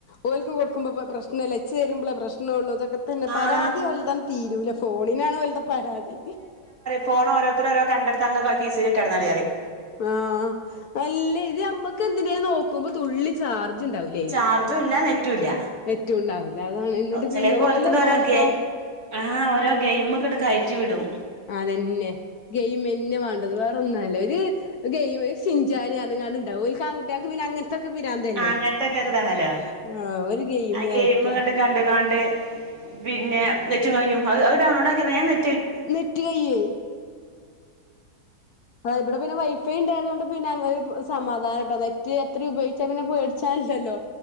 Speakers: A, on the left (about 60°); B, on the right (about 40°).
A: ഓല്ക്കു കൊടുക്കുമ്പൊ പ്രശ്നല്ല ഇച്ച് തരുമ്പള പ്രശ്നൊള്ളു ഇതൊക്കെ തന്നെ പരാതി
B: ആഹ്
A: ഓലതൻ തീരൂല ഫോണിനാണ് ഓല്ട പരാതി
B: ഫോണ് ഓരോത്തര് ഓരോ കണ്ടട്ത്ത് അങ്ങന കീസീലിട്ട് നടന്നാളി പറിയ്
A: ആഹ് അല്ല ഇത് നമ്മക്ക് എന്തിനേലു നോക്കുമ്പൊ തുള്ളി ചാർജ് ഇണ്ടാവുല അയില്
B: ചാർജും ഇല്ല നെറ്റും ഇല്ല
A: നെറ്റും ഇണ്ടാവൂല അതാണ് ഇന്നിട്ട്
B: ചിലപ്പോ
A: പിന്നെ ഓല
B: ഓൽക്കിണ്ട്
A: നോട്ടൊ
B: ഓരോ ഗെ ആഹ് ഓരോ ഗെയിംമക്കട് കയറ്റി വിടും
A: അതെന്നെ ഗെയിമെന്നെ വാ ത് വേറെ ഒന്നു അല്ല ഒര് ഗെയിമ് ശിൻജാരി അർഞ്ങ്ങാണ്ട് ഇണ്ടാവു ഓൽക് ആൺകുട്ട്യാക്ക് പിന്നെ അങ്ങനെ ഇതൊക്കെ പിരാന്തല്ലെ
B: ആഹ് അങ്ങനത്തെക്കെ ഒരിതാണല്ലോ
A: ആഹ് ഒരു ഗെയിമ്
B: ആ
A: കയറ്റ
B: ഗെയിം ഇങ്ങട്ട് കണ്ട് കാണ്ട് പിന്നെ നെറ്റും കഴിഞ്ഞു അഹ് ടൗൺലോടാക്ക്യ വേ നെ
A: നെറ്റ് കയ്യൊ അ ഇവിടെ പിന്നെ വൈഫൈ ഇണ്ടായതോണ്ട് പിന്നെ അങ്ങനൊര് സമാധാനംട്ടൊ നെറ്റ് എത്ര ഉപയോഗിച്ച പിന്നെ പേടിച്ചാല്ലലൊ